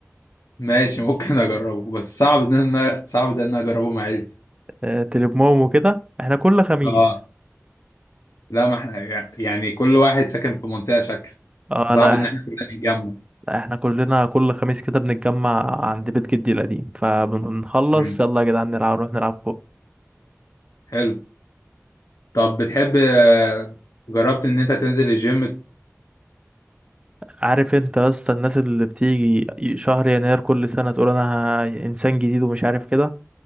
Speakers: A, on the left; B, on the right.
A: ماشي ممكن اجربه بس صعب ان انا صعب ده ان انا اجربه مع عيلتي
B: آه تليموم وكده احنا كل خميس
A: اه لا ما احنا يعني كل واحد ساكن في منطقة شكل
B: اه
A: صعب
B: لا
A: ان
B: احنا
A: احنا كلنا نتجمع
B: لا احنا كلنا كل خميس كده بنتجمع عند بيت جدي القديم فبنخلص
A: امم
B: يلا يا جدعان نلعب نروح نلعب فوق
A: حلو طب بتحب آه، جربت ان انت تنزل الجيم
B: عارف انت يا اسطى الناس اللي بتيجي شهر يناير كل سنة تقول انا انسان جديد ومش عارف كده